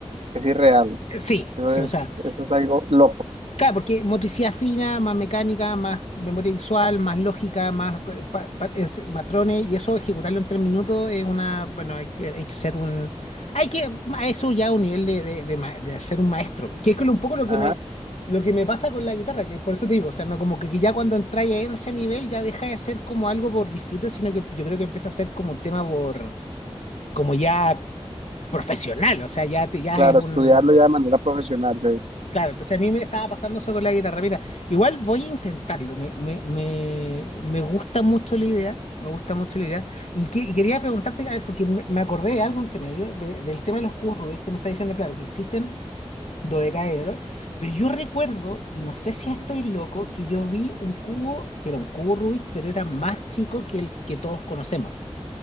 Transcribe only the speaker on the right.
Es irreal.
Eso
es,
eso es algo loco.
Ajá.
Claro,
estudiarlo ya de manera profesional, sí.